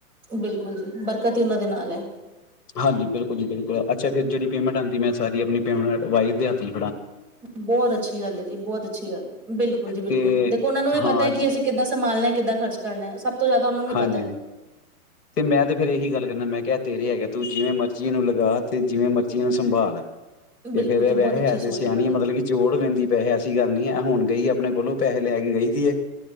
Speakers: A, in the centre; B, on the left.
A: ਬਿਲਕੁਲ ਜੀ -ਬਰਕਤ ਈ ਉਨਾਂ ਦੇ ਨਾਲ ਐ।
B: ਹਾਂਜੀ ਬਿਲਕੁਲ ਜੀ ਬਿਲਕੁਲ- ਅੱਛਾ ਫਿਰ ਜਿਹੜੀ ਪੇਮੈਂਟ ਆਂਦੀ ਮੈਂ ਸਾਰੀ ਆਪਣੀ ਪੇਮੈਂਟ ਵਾਇਫ ਦੇ ਹਥ ਈ-
A: ਬਹੁਤ ਅੱਛੀ ਗੱਲ ਏ ਜੀ- ਬਹੁਤ ਅੱਛੀ ਗੱਲ ਏ। ਬਿਲਕੁਲ ਜੀ ਬਿਲਕੁਲ
B: ਤੇ
A: -ਦੇਖੋ ਉਨਾਂ ਨੂੰ ਵੀ
B: ਹਾਂ
A: ਪਤਾ ਕਿ
B: ਜੀ
A: ਅਸੀਂ ਕਿੱਦਾਂ ਸੰਭਾਲਣਾ ਕਿੱਦਾਂ ਖਰਚ ਕਰਨਾ ਸਭ ਤੋ ਜ਼ਿਆਦਾ ਉਨਾਂ ਨੂੰ ਹੀ
B: ਹਾਂਜੀ
A: ਪਤਾ ਐ।
B: ਤੇ ਮੈਂ ਤੇ ਫੇਰ ਇਹੀ ਗੱਲ ਕੇਨਾ -ਮੈਂ ਕਿਹਾ ਤੇਰੇ ਹੈਗੇ ਤੂੰ ਜਿਵੇਂ ਮਰਜ਼ੀ ਇਨੂੰ ਲਗਾ ਤੇ ਜਿਵੇਂ ਮਰਜ਼ੀ ਇਨੂੰ ਸੰਭਾਲ।
A: ਬਿਲਕੁਲ
B: ਤੇ ਫ਼ੇਰ
A: ਜੀ
B: ਵੈਹੇ
A: ਬਹੁਤ ਅੱਛੀ
B: ਹੈ ਤੇ
A: ਸੋਚ
B: ਸਿਆਣੀ
A: ਤੁਹਾਡੀ
B: ਮਤਲਬ ਕਿ ਜੋੜ ਲੈਂਦੀ ਪੈਸੇ ਐਸੀ ਗੱਲ ਨੀ ਐ। ਹੁਣ ਗਈ ਆਪਣੇ ਕੋਲੋਂ ਪੈਸੇ ਲੈ ਕੇ ਗਈ ਦੀ ਏ।